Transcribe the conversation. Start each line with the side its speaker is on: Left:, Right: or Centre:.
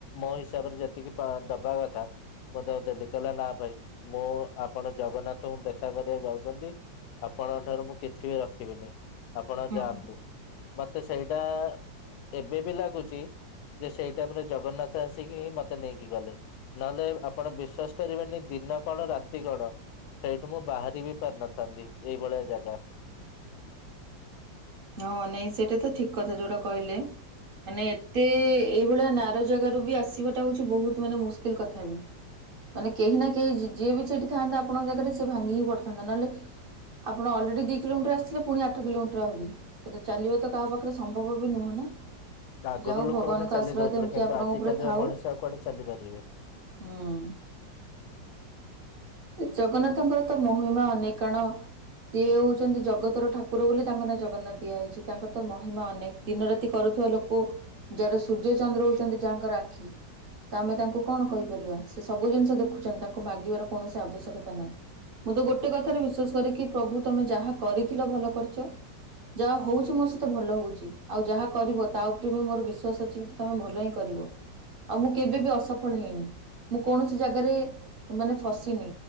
Left: ମୋ ହିସାବରେ ଯେତିକି ପା ଦବା କଥା ମୁଁ ତାକୁ ଦେଲି କହିଲା ନା ଭାଇ ମୁଁ ଆପଣ ଜଗନ୍ନାଥଙ୍କୁ ଦେଖା କରିବାକୁ ଯାଉଛନ୍ତି। ଆପଣଙ୍କ ଠାରୁ ମୁଁ କିଛି ବି ରଖିବିନି ଆପଣ
Right: ହୁଁ
Left: ଯାଆନ୍ତୁ। ମତେ ସେଇଟା ଏବେ ବି ଲାଗୁଛି ଯେ ସେଇ ଟାଇମରେ ଜଗନ୍ନାଥ ଆସିକି ମତେ ନେଇକି ଗଲେ। ନହେଲେ ଆପଣ ବିଶ୍ଵାସ କରିବେନି ଦିନ କଣ ରାତି କଣ। ସେଇଠୁ ମୁଁ ବାହାରି ବି ପାରିନଥାନ୍ତି। ଏଇଭଳିଆ ଜାଗା
Right: ହଁ ନାଇଁ ସେଇଟା ତ ଠିକ କଥା ଯୋଉଟା କହିଲେ। ମାନେ ଏତେ ଏଇଭଳିଆ ନାରୋ ଜାଗାରୁ ବି ଆସିବାଟା ହଉଛି ବହୁତ ମାନେ ମୁ କଥା ହେବି ମାନେ କେହି ନା କେହି ଯିଏ ବି ସେଠି ଥାନ୍ତା ଆପଣଙ୍କ ଜାଗାରେ ସେ ଭାଙ୍ଗି ପଡ଼ିଥାନ୍ତା, ନହେଲେ ଆପଣ ଅଲରେଡ଼ି ଦୁଇ କିଲୋମିଟର ଆସିଥିଲେ ପୁଣି ଆଠ କିଲୋମିଟର ଆହୁରି ସେଟା ଚାଲିବା ତ କାହା ପାଖରେ ସମ୍ଭବ ବି ନୁହଁ ନା।
Left: ଆଗରୁ
Right: ଯାହା ହଉ
Left: ଲୋକମାନେ
Right: ଭଗବାନଙ୍କ
Left: ଚାଲି
Right: ଆଶୀର୍ବାଦ
Left: ଦଉଥିଲେ
Right: ଏମିତି
Left: କିନ୍ତୁ
Right: ଆପଣଙ୍କ
Left: ଆଜିକାଲିର
Right: ଉପରେ ଥାଉ
Left: ମଣିଷ ଆଉ କୁଆଡେ ଚାଲିପାରିବେ।
Right: ହୁଁ। ଜଗନ୍ନାଥଙ୍କର ତ ମହିମା ଅନେକ କାଣ ସିଏ ହଉଛନ୍ତି ଜଗତର ଠାକୁର ବୋଲି ତାଙ୍କ ନାଁ ଜଗନ୍ନାଥ। ଦିଆ ହେଇଛି ତାଙ୍କର ତ ମହିମା ଅନେକ ଦିନ ରାତି କରୁଥିବା ଲୋକ ଯାର ସୂର୍ଯ୍ୟ ଚନ୍ଦ୍ର ହଉଛନ୍ତି ଯାହାଙ୍କର ଆଖି। ତ ଆମେ ତାଙ୍କୁ କଣ କହିପାରିବା ସେ ସବୁ ଜିନିଷ ଦେଖୁଛନ୍ତି ତାଙ୍କୁ ମାଗିବାର କୌଣସି ଆବଶ୍ୟକତା ନାହିଁ। ମୁଁ ତ ଗୋଟେ କଥାରେ ବିଶ୍ୱାସ କରେ କି ପ୍ରଭୁ ତମେ ଯାହା କରିଥିଲ ଭଲ କରିଛ ଯାହା ହଉଛି ମୋ ସହିତ ଭଲ ହଉଛି ଆଉ ଯାହା କରିବ ତା ଉପରେ ବି ମୋର ବିଶ୍ଵାସ ଅଛି କି ତମେ ଭଲ ହିଁ କରିବ। ଆଉ ମୁଁ କେବେ
Left: ଆଜ୍ଞା
Right: ବି ଅସଫଳ ହେଇନି। ମୁଁ କୌଣସି ଜାଗାରେ ମାନେ ଫସିିନି